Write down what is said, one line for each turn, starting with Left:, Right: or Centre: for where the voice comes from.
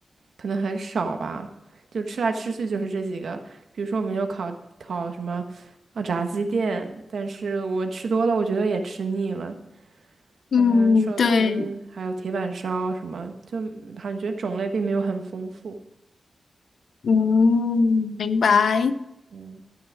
Right: 可能很少吧，就吃来吃去就是这几个，比如说我们有烤烤什么啊炸鸡店，但是我吃多了，我觉得也吃腻了。
Left: 嗯，
Right: 然后还有寿司，
Left: 对，
Right: 还有铁板烧什么，就感觉种类并没有很丰富。
Left: 嗯，明白。
Right: 嗯，